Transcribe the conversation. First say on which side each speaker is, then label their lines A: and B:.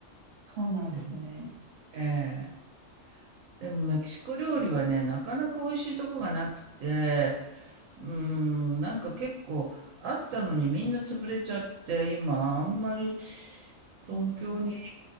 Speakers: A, on the right; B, on the right.
A: そうなんですね。
B: そう。ええでも、メキシコ料理はね、なかなか美味しいとこがなくて、うーん、なんか結構あったのにみんな潰れちゃって、今、あんまり東京に
A: うん